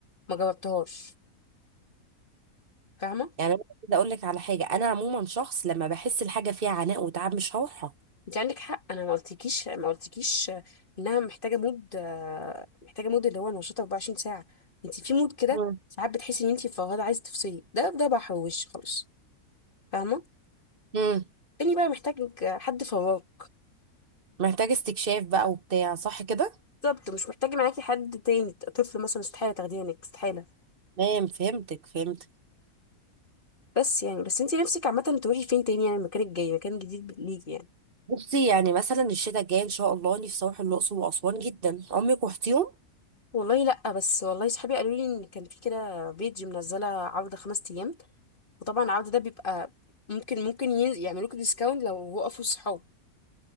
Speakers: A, on the left; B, on the right.
A: ما جاوبتهاش فاهمه
B: يعني انا كده اقول لك على حاجه انا عموما شخص لما بحس الحاجه فيها عناء وتعب مش هروحها
A: انت عندك حق انا ما قلتكيش ما قلتكيش انها محتاجه مود آه، محتاجه مود اللي هو نشيط 24 ساعه انت في مود كده
B: مم.
A: ساعات بتحسي ان انت فوهده عايزه تفصلي ده ده بحر وش خالص فاهمه
B: امم
A: تاني بقى محتاج حد فواك
B: محتاج استكشاف بقى وبتاع صح كده
A: بالظبط مش محتاج معاكي حد تاني طفل مثلا استحاله تاخديه هناك استحاله
B: تمام فهمتك فهمتك
A: بس يعني بس انت نفسك عامه تروحي فين تاني يعني المكان الجاي مكان جديد ليكي يعني
B: بصي يعني مثلا الشتاء الجاي ان شاء الله نفسي اروح الاقصر واسوان جدا عمرك رحتيهم
A: والله لا بس والله صحابي قالوا لي ان كان في كده بيج منزله عرض خمس ايام وطبعا العرض ده بيبقى ممكن ممكن ين- يعملوك ديسكاونت لو وقفوا الصحاب